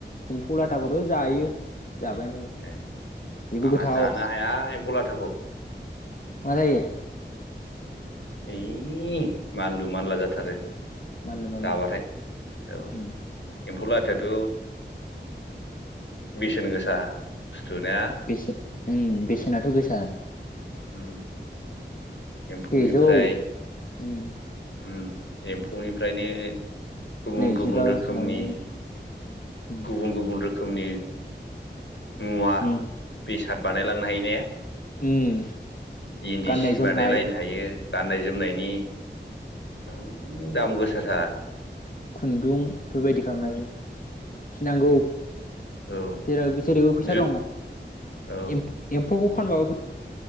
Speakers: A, on the left; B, on the left.
A: एम्फौ लाथाखौथ' जायो। जाबायानो थायो।
B: ए
A: बेबो
B: आंहा
A: गोथाव।
B: जानो हाया एम्फौ लाथाखौ
A: मा जायो?
B: ओम मानलु-मानला जाथारो।
A: मानला मानला
B: जाबाथाय औ
A: उम
B: एम्फौ ला थाथ' बेसेन गोसा। ना
A: बेसे बेसेनाथ' गोसा
B: उम एम्फौनिफ्राय
A: सेजौ उम।
B: ओम एम्फौनिफ्रायनो गुबुन
A: नैजिबा
B: गुबुन रोखोमनि
A: माबायावनो उम
B: गुबुन गुबुन रोखोमनि मुवा-बेसाद
A: उम
B: बानायलांनो हायो ने?
A: उम
B: इन्दि
A: गाननाय
B: सि
A: जोमनाय
B: बानायलायनो हायो गाननाय जोमनायनि ओ दाम गोसाथा
A: खुन्दुं बेफोरबायदि खालामनो हायो फिनांगौ
B: औ
A: जेराव जेरैबो फैसा
B: जुद
A: दङ
B: औ
A: एम्फौ एम्फ <unintelligible> फानबाबो फै